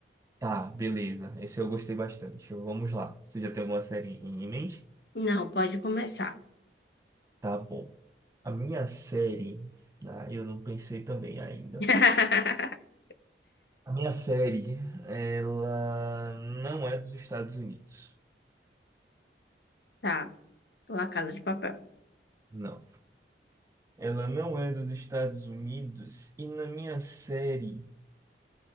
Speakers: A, on the right; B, on the left.
A: Tá, beleza. Esse eu gostei bastante. Vamos lá. Você já tem alguma série em em mente?
B: Não, pode começar.
A: Tá bom. A minha série, ah, eu não pensei também ainda.
B: <laughs>
A: A minha série, ela não é dos Estados Unidos.
B: Tá, La Casa de Papel.
A: Não. Ela não é dos Estados Unidos e na minha série